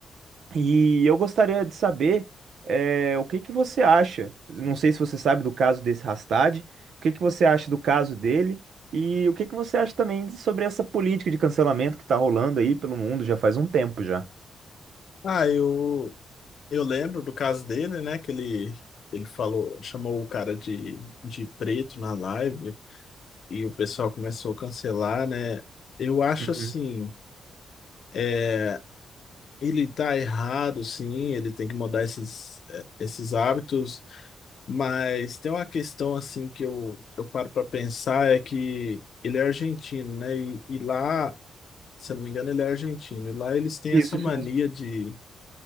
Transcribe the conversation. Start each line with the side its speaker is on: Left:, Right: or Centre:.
Right: E eu gostaria de saber, eh, o que que você acha? Não sei se você sabe do caso desse Hastad, o que que você acha do caso dele e o que que você acha também sobre essa política de cancelamento que está rolando aí pelo mundo já faz um tempo já.
Left: Ah, eu, eu lembro do caso dele, né? Que ele, ele falou, chamou o cara de, de preto na live e o pessoal começou a cancelar, né? Eu acho
Right: Uhum.
Left: assim, é, ele tá errado, sim, ele tem que mudar esses, é, esses hábitos, mas tem uma questão assim que eu, eu paro para pensar é que ele é argentino, né? E, e lá, se eu não me engano, ele é argentino, e lá eles têm
Right: Isso,
Left: essa mania
Right: isso mesmo.
Left: de